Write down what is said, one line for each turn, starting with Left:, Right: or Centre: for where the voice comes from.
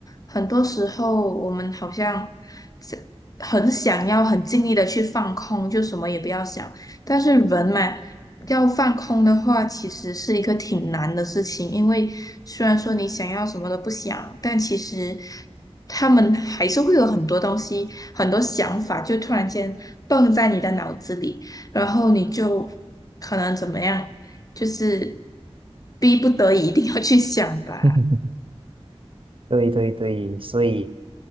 Left: 很多时候我们好像是很想要很尽力的去放空，就什么也不要想。但是人嘛，要放空的话，其实是一个挺难的事情，因为虽然说你想要什么都不想，但其实他们还是会有很多东西、很多想法，就突然间蹦在你的脑子里。然后你就可能怎么样？就是逼不得已一定要去想吧。
Right: <laughs> 对对对，所以